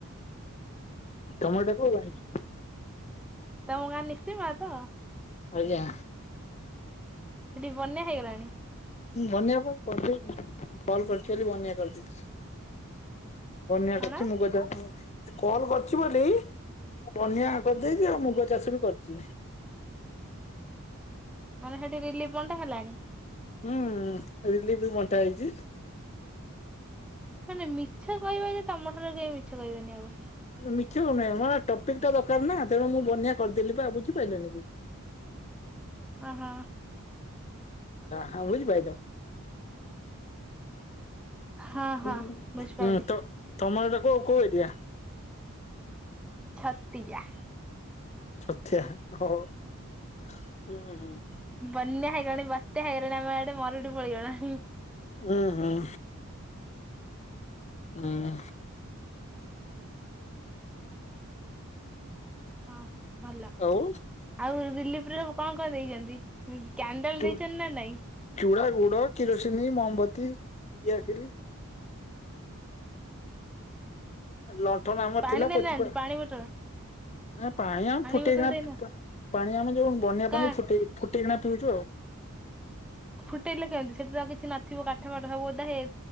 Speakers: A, on the left; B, in the centre.
A: ତମ <unintelligible>
B: ତମ ଗାଁ <unintelligible>
A: ଆଜ୍ଞା।
B: ସେଠି ବନ୍ୟା ହେଇଗଲାଣି।
A: ମୁଁ ବନ୍ୟା କଣ କରିଦେଇଛି କଲ କରି <unintelligible> ବୋଲି ବନ୍ୟା କରିଦେଇଛି। ବନ୍ୟା
B: କଣ
A: କରିଛି ମୁଁ <unintelligible> କଲ କରିଛି ବୋଲି ମୁଁ ବନ୍ୟା କରିଦେଇଛି ଆଉ ମୁଗ ଚାଷ ବି କରିଛି।
B: ମାନେ ହେଠୀ ରିଲିଫ ବନ୍ଟା ହେଲାଣି?
A: ହୁଁ ରିଲିଫ ବଣ୍ଟା ହେଇଛି।
B: ମାନେ ମିଛ କହିବ ଯେ ତମ ଠାରୁ କେହି ମିଛ କହିବନି <unintelligible>
A: ମିଛ କଣପାଇଁ ହବ, ଆ ଟପିକ୍ ଟା ଦରକାର ନା ତେଣୁ ମୁଁ ବନ୍ୟା କରିଦେଲି ପା ବୁଝିପାରିଲନି କି?
B: ଆହା।
A: ଯାହା ବୁଝିପାଇଲ?
B: ହଁ ହଁ
A: <unintelligible>
B: ବୁଝିପାରିଲି
A: ତ ତମର ଏଇଟା କଉ କଉ ଏରିଆ?
B: ଛତିଆ।
A: ଛଡ଼ିଆ <unintelligible> ହୁଁ ହଁ।
B: ବନ୍ୟା ହେଇଗଲାଣି, ବତ୍ୟା ହେଇଗଲାଣି ଆମ ଆଡେ ମରୁଡି ପଡିଗଲାଣି।
A: ହୁଁ ହୁଁ। ହୁଁ।
B: ହଁ ଭଲ,
A: ଆଉ
B: ଆଉ ରିଲିଫରେ ସବୁ କଣ କଣ ଦେଇଛନ୍ତି? କ୍ୟାଣ୍ଡଲ
A: ଚୁ
B: ଦେଇଛନ୍ତି ନା ନାଇଁ?
A: ଚୁଡ଼ା, ଗୁଡ, କିରୋସିିନି, ମୋହମବତୀ ଡିଆସିଲି। ଲଣ୍ଠନ ଆମର
B: ପାଣି
A: ଥିଲା,
B: ଦେଇନାହାନ୍ତି
A: ପୋଛିପା
B: ପାଣି ବୋଟଲ
A: ପାଣି ଆମ ଫୁଟେଇ
B: ବୋଟଲ
A: <unintelligible>
B: ଦେଇନା
A: ପିବା ପାଣି ଆମେ ଯୋଉ ବନ୍ୟା
B: କା
A: ପାଣି ଫୁଟେଇ ଫୁଟେଇକିନା ପିଇଚୁ ଆଉ।
B: ଫୁଟେଇଲେ କେମିତି ସେଠି ତ ଆଉ କିଛି ନଥିବ କାଠଫାଠ ସବୁ ଓଦା ହେଇ